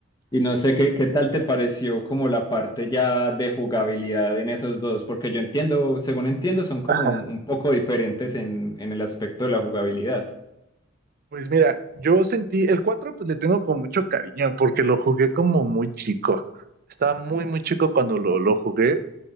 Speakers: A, on the left; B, on the right.
A: Y no sé qué, qué tal te pareció como la parte ya de jugabilidad en esos dos, porque yo entiendo, según entiendo, son como
B: Ajá.
A: un, un poco diferentes en, en el aspecto de la jugabilidad.
B: Pues mira, yo sentí, el 4 pues le tengo con mucho cariño porque lo jugué como muy chico. Estaba muy, muy chico cuando lo, lo jugué